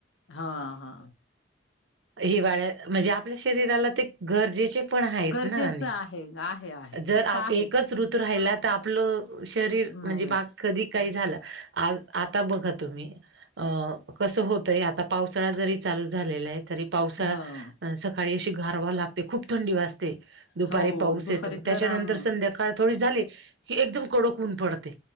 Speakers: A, on the left; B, on the right.
A: हा हा.
B: हिवाळ्यात म्हजे आपल्या शरीराला ते गरजेचे पण आहेत
A: गरजेचं
B: ना आणि
A: आहे आहे आहे.
B: जर
A: ते
B: आ
A: तर आहेच.
B: एकच ऋतू राहिला तर आपलं शरीर
A: नाही,
B: म्हणजे
A: नाही.
B: बा कधी काही झालं आज आता बघा तुम्ही अ कसं होतंय आता पावसाळा जरी चालू झालेला आहे तरी पावसाळ
A: हं.
B: सकाळी अशी गारवा लागते खूप थंडी वाजते, दुपारी
A: हो,
B: पाऊस
A: दुपारी
B: येतो त्याच्यानंतर
A: गरम
B: संध्याकाळ थोडी झाली की एकदम कडक ऊन पडतय